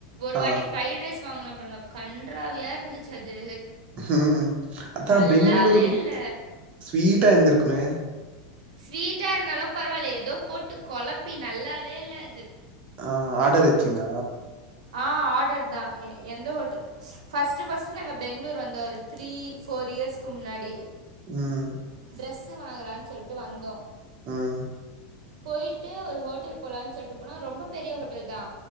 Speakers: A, on the right; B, on the right.
A: ஒரு
B: ஆ
A: வாட்டி பிரைட் ரைஸ் வாங்குனோம் பாருங்க கன்றாவியா இருந்துச்சு அது அது
B: ம் அதா
A: நல்லாவே
B: பெங்களூர்
A: இல்ல
B: ஸ்வீட்டா இருந்துக்குமே
A: ஸ்வீட்டா இருந்தாலு பரவாயில்ல ஏதோ போட்டு கொழப்பி நல்லாவே இல்ல அது
B: ஆ ஆடர் வச்சிங்க
A: ஆ ஆடர் தா எந்த ஹோட்டல் ஃபஸ்ட்டு ஃபஸ்ட்டு நாங்க பெங்களூர் வந்தோ ஒரு த்ரீ ஃபோர் இயர்ஸ்க்கு முன்னாடி
B: உம்
A: ட்ரெஸ்ஸு வாங்கலான் சொல்ட்டு வந்தோ
B: உம்
A: போயிட்டு ஒரு ஹோட்டல் போலானு சொல்லிட்டு போனா ரொம்ப பெரிய ஹோட்டல் தா